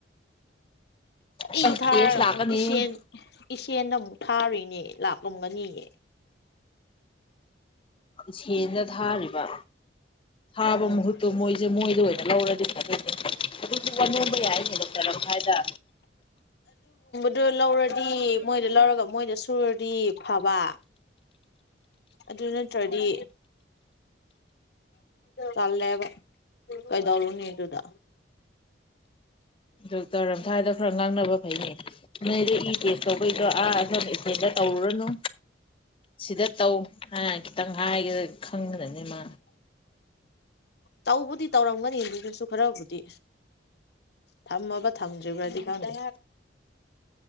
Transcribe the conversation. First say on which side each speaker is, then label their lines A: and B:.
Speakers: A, on the left; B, on the left.
A: ꯑꯁ
B: ꯏ
A: ꯇꯦꯁ
B: ꯊꯥꯔꯒ
A: ꯂꯥꯛꯀꯅꯤ
B: ꯑꯃꯨꯛ ꯏꯆꯦꯟ ꯏꯆꯦꯟꯗ ꯑꯃꯨꯛ ꯊꯥꯔꯤꯅꯦ ꯂꯥꯛꯂꯝꯒꯅꯤꯌꯦ
A: ꯏꯆꯦꯜꯗ ꯊꯥꯔꯤꯕ ꯊꯥꯕ
B: ꯎꯝ
A: ꯃꯍꯨꯠꯇꯣ ꯃꯣꯏꯁꯦ ꯃꯣꯏꯗ ꯑꯣꯏꯅ ꯂꯧꯔꯗꯤ ꯐꯥꯗꯧꯅꯦ ꯑꯗꯨꯅꯦ ꯋꯥ ꯅꯣꯝꯕ ꯌꯥꯏꯅꯦ ꯗꯣꯛꯇꯔ ꯑꯃ ꯍꯥꯏꯗ
B: ꯑꯗꯨ ꯂꯧꯔꯗꯤ ꯃꯣꯏꯗ ꯂꯧꯔꯒ ꯃꯣꯏꯗ ꯁꯨꯔꯗꯤ ꯐꯕ ꯑꯗꯨ ꯅꯠꯇ꯭ꯔꯗꯤ ꯇꯜꯂꯦꯕ ꯀꯩꯗꯧꯔꯨꯅꯦ ꯑꯗꯨꯗ
A: ꯗꯣꯛꯇꯔ ꯑꯝꯊꯥꯏꯗ ꯈꯔ ꯉꯥꯡꯅꯕ ꯐꯩꯅꯦ ꯅ ꯅꯣꯏꯗꯤ ꯏ ꯇꯦꯁ ꯇꯧꯕꯩꯗꯣ ꯑꯥ ꯑꯁꯝ ꯏꯆꯦꯗ ꯇꯧꯔꯨꯅꯨ ꯁꯤꯗ ꯇꯧ ꯍꯥꯏꯅ ꯈꯤꯇꯪ ꯍꯥꯏꯒ ꯈꯪꯈ꯭ꯔꯅꯤ ꯃꯥ
B: ꯇꯧꯕꯗꯤ ꯇꯧꯔꯝꯒꯅꯤ ꯑꯗꯨꯗꯨꯁꯨ ꯈꯔꯕꯨꯗꯤ ꯊꯝꯃꯕ ꯊꯝ ꯖꯒꯗꯤ ꯈꯪꯗꯦ